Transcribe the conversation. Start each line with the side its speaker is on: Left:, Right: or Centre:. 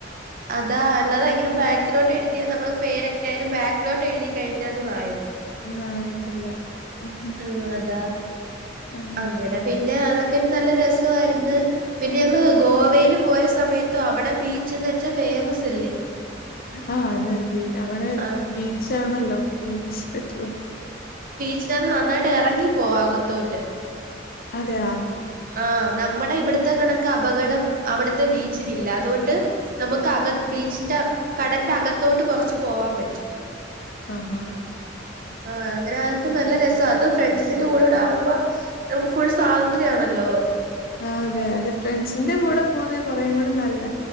Right: അതാ അല്ലാതെ ഇങ്ങനെ ബാക്കിലോട്ട് എഴ്തിയാ നമ്മള് പേരൊക്കെ ആയാലും ബാക്കിലോട്ട് എഴ്തിക്കഴിഞ്ഞാ അത് മായത്തി
Left: മായിട്ടില്ല. ഉം
Right: ഇഹ് അതാ
Left: ഉം
Right: അങ്ങന പി ന്നെ അതൊക്കെ ഒരു നല്ല രസ്വായിര്ന്ന് പിന്നെ ഞങ്ങള് ഗോ വേല് പോയ സമയത്തും അവടെ ബീച്ച്ന്ന് വെച്ചാ ഫേമസ് അല്ലേ
Left: ആഹ് അതെ ബീ അവടെ
Right: ആഹ്
Left: ബീച്ചാണല്ലോ ഫേയ്മ്സായിട്ട്ള്ളത്.
Right: ച്ചിലത് നന്നായിട്ട് എറങ്ങിപ്പോവാ അകത്തോട്ട്.
Left: അതെയോ
Right: ആ നമ്മടെ ഇവിട്ത്തെ കണക്ക് അപകടം അവ്ട്ത്തെ ബീച്ച്നില്ല അതോണ്ട് നമുക്ക് അക ബീച്ചിന്റെ കടന്റെ അകത്തോട്ട് കൊ കൊറച്ച് പോവാൻ പറ്റും
Left: അ ഹ
Right: ആ അങ്ങനെ അകത്തും നല്ല രസ അത് ഫ്രണ്ട്സിന്റെ കൂടെടെ ആവുമ്പോ നമുക്ക് ഫുൾ സ്വാതന്ത്ര്യാണല്ലോ
Left: ആ അതെ അതെ ഫ്രണ്ട്സിന്റെ കൂടെ പോന്ന കൊറേയും കൂടെ നല്ല